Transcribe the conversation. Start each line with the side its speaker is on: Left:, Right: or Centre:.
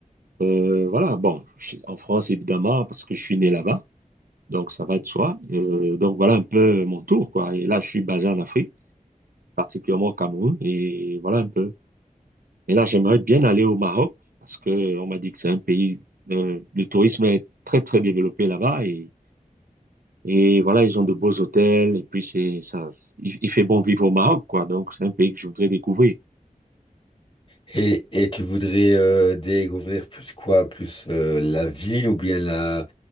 Right: Euh, voilà, bon, je- en France, évidemment, parce que je suis né là-bas, donc ça va de soi. Euh, donc voilà un peu mon tour, quoi. Et là, je suis basé en Afrique, particulièrement au Cameroun, et voilà un peu. Et là, j'aimerais bien aller au Maroc, parce que on m'a dit que c'est un pays, euh, le tourisme est très, très développé là-bas, et, et voilà, ils ont de beaux hôtels, et puis c'est ça, il, il fait bon vivre au Maroc, quoi. Donc c'est un pays que je voudrais découvrir.
Left: Et, et tu voudrais euh, découvrir plus quoi? Plus euh, la ville ou bien la